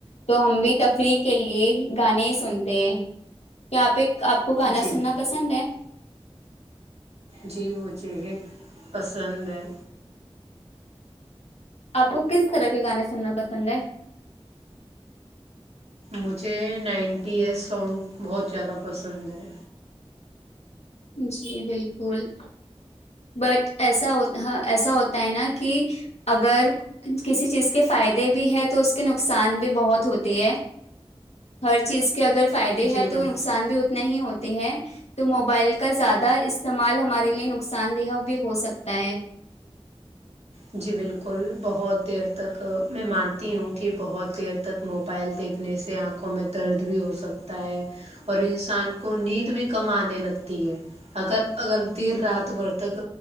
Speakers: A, on the left (about 85°); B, on the right (about 80°).
A: تو ہم بھی تفریح کے لیے گانے سنتے ہیں کیا آ پہ آپ کو گانا
B: جی
A: سننا پسند ہے
B: جی مجھے ایک پسند ہے
A: آپ کو کس طرح کے گانے سننا پسند ہے
B: مجھے نائنٹی ایس سانگ بہت زیادہ پسند ہیں
A: جی بالکل بٹ ایسا ایسا ہوتا ہے نا کہ اگر کسی چیز کے فائدے بھی ہے تو اس کے نقصان بھی بہت ہوتے ہے ہر چیز کے اگر فائدے
B: جی
A: ہیں
B: بل
A: تو نقصان بھی اتنے ہی ہوتے ہیں تو موبائل کے کا زیادہ استعمال ہمارے لیے نقصان دیہ بھی ہو سکتا ہے
B: جی بالکل بہت دیر تک میں مانتی ہوں کہ بہت دیر تک موبائل دیکھنے سے آنکھوں میں درد بھی ہو سکتا ہے اور انسان کو نیند بھی کم آنے لگتی ہے اگر اگر دیر رات بھر تک